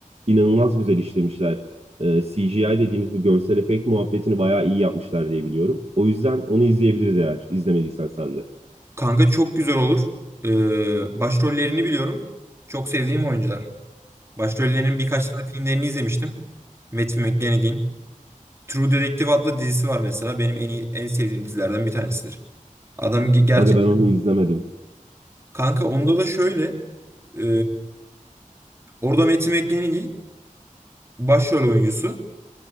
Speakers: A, on the right; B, on the right.
A: inanılmaz güzel işlemişler. Ee, CGI dediğimiz bu görsel efekt muhabbetini bayağı iyi yapmışlar diye biliyorum. O yüzden onu izleyebiliriz eğer izlemediysen sen de.
B: Kanka çok güzel olur. Ee, başrollerini biliyorum. Çok sevdiğim oyuncular. Başrollerinin birkaç tane filmlerini izlemiştim. Matthew McConaughey'in. True Detective adlı dizisi var mesela. Benim en iyi, en sevdiğim dizilerden bir tanesidir. Adam ge- gerçekten...
A: Aga ben onu izlemedim.
B: Kanka onda da şöyle. e, orada Matthew McConaughey başrol oyuncusu.